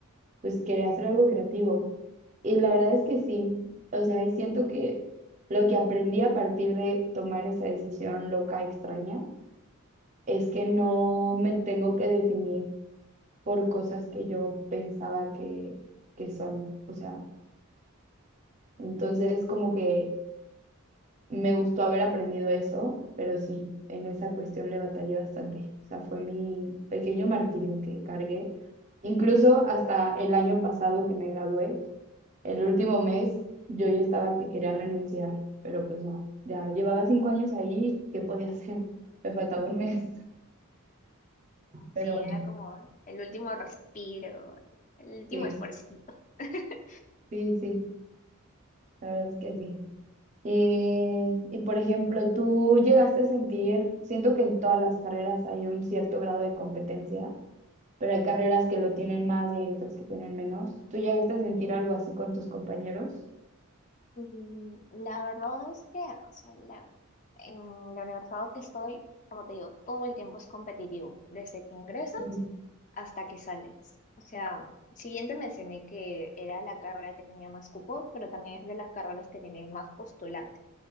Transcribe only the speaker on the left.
<laughs>
Sí,
era como el último respiro, el último
esfuercito. <laughs>
Mm, La verdad es que, o sea, la- en la universidad que estoy, como te digo, todo el tiempo es competitivo, desde que ingresas
hasta que sales. O sea, siguiente mencioné que era la carrera que tenía más cupos, pero también es de las carreras que tiene más postulantes.